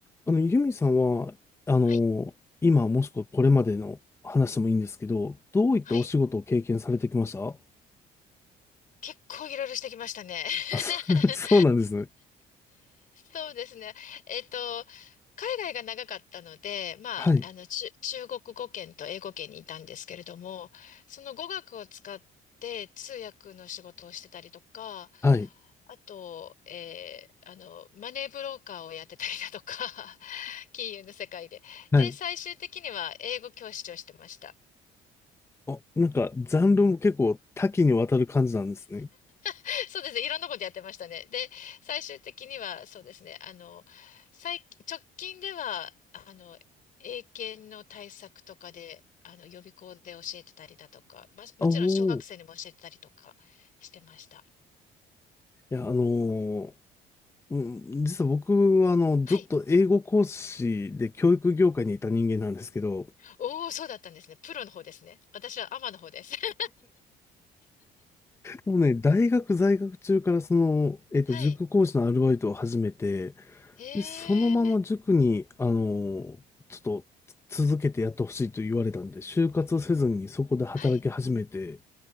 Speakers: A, on the left; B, on the left.
A: あの、ユミさんは、あの、
B: はい。
A: 今もしくはこれまでの話でもいいんですけど、どういったお仕事を経験されてきました
B: はい。結構いろいろしてきましたね。
A: あ、そ
B: <laughs>
A: <laughs> そうなんですね。
B: そうですね。えっと、海外が長かったので、まあ、
A: はい、
B: あの、中、中国語圏と英語圏にいたんですけれども、その語学を使って通訳の仕事をしてたりとか、
A: はい、
B: あと、えーあの、マネーブローカーをやってたりだとか、<laughs> 金融の世界で。
A: はい。
B: で、最終的には英語教師をしてました。
A: あ、なんか、ジャンルも結構多岐にわたる感じなんですね。
B: <laughs> そうですね。いろんなことやってましたね。で、最終的には、そうですね。あの、最、直近では、あの、英検の対策とかで、あの、予備校で教えてたりだとか、まあ、
A: あおー。
B: もちろん小学生にも教えてたりとかしてました。
A: いや、あのーうん、実は僕は、あの、ずっと英語講師で教育業界にいた人間なんですけど、
B: はい。おお、そうだったんですね。プロの方ですね。私はアマの方です。<laughs>
A: もうね、大学在学中からその、えっと、
B: はい。
A: 塾講師のアルバイトを始めて、
B: へえ。
A: で、そのまま塾に、あのーちょっとつ続けてやってほしいと言われたんで、就活せずにそこで働き始めて、
B: はい。